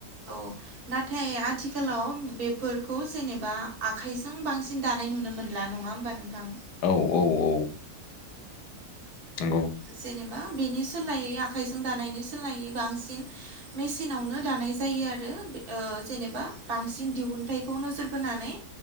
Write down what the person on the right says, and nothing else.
औ नाथाय आथिखालाव बेफोरखौ जेनेबा आखाइजों बांसिन दानाय नुनो मोनला नङा होमबा नोंथां
जेनेबा बेनि सोलायै आखाइजों दानायनि सोलायै बांसिन मेसिनावनो दानाय जायो आरो आरो बे ओ जेनेबा बांसिन दिहुनथाइखौ नोजोर बोनानै